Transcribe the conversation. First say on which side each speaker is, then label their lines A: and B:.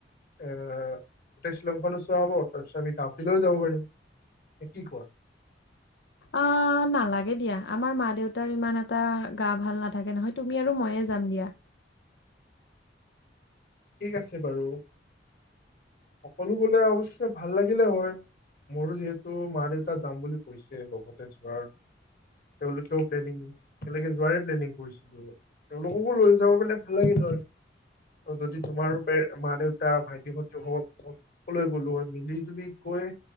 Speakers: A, on the left; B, on the left.
A: আহ গোটেই শ্বিলংখনো চোৱা হ'ব তাৰপিছত আমি ডাউকিলৈ যাব পাৰিম। এ কি কোৱা।
B: অ নালাগে দিয়া আমাৰ মা দেউতাৰ ইমান এটা গা ভাল নাথাকে নহয় তুমি আৰু মইয়ে। যাম দিয়া।
A: ঠিক আছে বাৰু সকলো বোলে অৱশ্যে ভাল লাগিলে হয়। মোৰো যিহেতু মা দেউতা যাম বুলি কৈছে লগতে যাৰ। তেওঁলোকেও প্লেনিং একেলগে যোৱাই প্লেনিং কৰিছিলো, তেওঁলোককো লৈ যাব পালে ভাল লাগিল। যদি। তোমাৰো মা দেউতা ভাইটি, ভাইটি হওক সকলে গলো হয় মিলি জুলি গৈ।